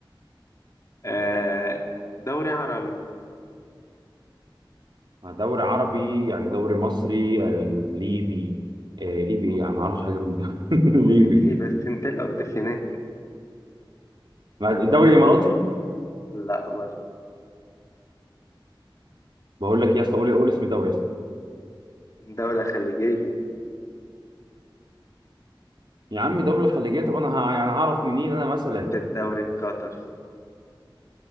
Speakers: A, on the left; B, on the right.
A: آه دوري عربي
B: دوري عربي يعني دوري مصري ليبي آه ليبي ايه يا عم ما اعرفش حاجه في الدوري <laughs> الليبي
A: بيجي إيه بس أنت اللي قدك هناك
B: ما- <laughs> الدوري الاماراتي
A: لا برضه
B: بقول لك يا اسطى قول قول اسم دوله يا اسطى
A: دولة خليجية
B: يا عم دوله خليجيه طب انا ه- يعني هعرف منين انا مثلا
A: في الدوري القطري